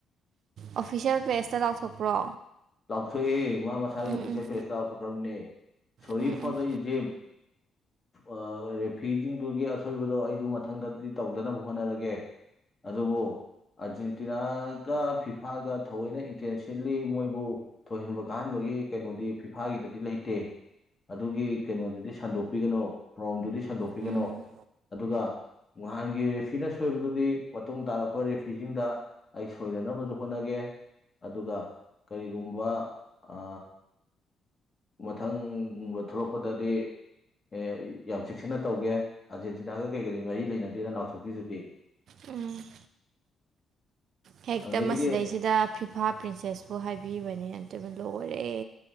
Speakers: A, on the right (about 70°); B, on the left (about 25°).
A: ꯑꯣꯐꯤꯁꯦꯜ ꯄꯦꯖꯇ ꯂꯥꯎꯊꯣꯛꯄ꯭ꯔꯣ
B: ꯂꯥꯎꯊꯣꯛꯑꯦ ꯃꯥ ꯃꯁꯥꯒꯤ
A: ꯎꯝ
B: ꯑꯣꯐꯤꯁꯦꯜ ꯄꯦꯖꯇꯥ ꯂꯥꯎꯊꯣꯛꯈ꯭ꯔꯕꯅꯦ ꯁꯣꯔꯤ
A: ꯎꯝ ꯎꯝ
B: ꯐꯣꯔ ꯗ ꯏꯖꯤꯞ ꯑꯥ ꯔꯦꯐ꯭ꯤꯁꯤꯡꯗꯨꯒꯤ ꯑꯁꯣꯏꯕꯗꯣ ꯑꯩꯁꯨ ꯃꯊꯪꯗꯗꯤ ꯇꯧꯗꯅꯕ ꯍꯣꯠꯅꯔꯒꯦ ꯑꯗꯨꯕꯨ ꯑꯥꯔꯖꯦꯟꯇꯤꯅꯥꯒ ꯐꯤꯐꯥꯒ ꯊꯑꯣꯏꯅ ꯏꯟꯇꯦꯟꯁꯤꯟꯂꯤ ꯃꯣꯏꯕꯨ ꯊꯣꯏꯅꯕꯨ ꯀꯥꯍꯟꯕꯒꯤ ꯀꯩꯅꯣꯗꯤ ꯐꯤꯐꯥꯒꯤꯗꯨꯗꯤ ꯂꯩꯇꯦ ꯑꯗꯨꯒꯤ ꯀꯩꯅꯣꯗꯨꯗꯤ ꯁꯟꯗꯣꯛꯄꯤꯒꯅꯣ ꯄ꯭ꯔꯣꯝꯗꯨꯗꯤ ꯁꯟꯗꯣꯛꯄꯤꯒꯅꯣ
A: ꯎꯝ ꯎꯝ
B: ꯑꯗꯨꯒ ꯅꯍꯥꯟꯒꯤ ꯔꯦꯐ꯭ꯤꯅ ꯁꯣꯏꯕꯗꯨꯗꯤ ꯃꯇꯨꯡ ꯇꯥꯔꯛꯄ ꯔꯦꯐꯤꯁꯤꯡꯗ ꯑꯩ ꯁꯣꯏꯗꯅꯕꯁꯨ ꯍꯣꯠꯅꯒꯦ ꯑꯗꯨꯒ ꯀꯔꯤꯒꯨꯝꯕ ꯑ ꯃꯊꯪ ꯕ ꯊꯣꯛꯂꯛꯄꯗꯗꯤ ꯑꯦ ꯌꯥꯝ ꯆꯦꯛꯁꯤꯟꯅ ꯇꯧꯒꯦ ꯑꯥꯔꯖꯦꯟꯇꯤꯅꯥꯒ ꯀꯩ ꯀꯔꯤ ꯃꯔꯤ ꯂꯩꯅꯗꯦꯅ ꯅꯥꯎꯊꯣꯛꯄꯤꯗꯨꯗꯤ
A: ꯎꯝ ꯍꯦꯛꯇ
B: ꯑꯗꯨꯗꯒꯤꯗꯤ
A: ꯃꯁꯤꯗꯩꯁꯤꯗ
B: ꯑꯦ
A: ꯐꯤꯐꯥ ꯄ꯭ꯔꯤꯟꯁꯦꯁꯄꯨ ꯍꯥꯏꯕꯤꯕꯅꯦ ꯑꯪꯇꯕꯨ ꯂꯣꯏꯔꯦ